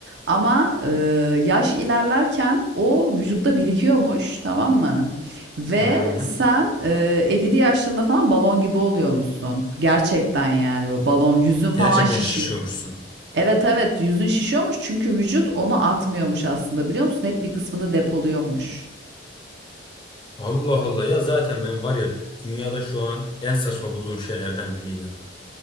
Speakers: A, on the right; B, on the left.
A: Ama e, yaş ilerlerken o vücutta birikiyormuş, tamam mı? Ve
B: Hı hı.
A: sen e, 50'li yaşlarında falan balon gibi oluyormuşsun. Gerçekten yani böyle balon, yüzün falan
B: Gerçekten
A: şişiyor.
B: şişiyormuşsun.
A: Evet evet yüzün şişiyormuş çünkü vücut onu atmıyormuş aslında biliyor musun? Hep bir kısmını depoluyormuş.
B: Allah Allah ya zaten ben var ya dünyada şu an en saçma bulduğum şeylerden biri ya.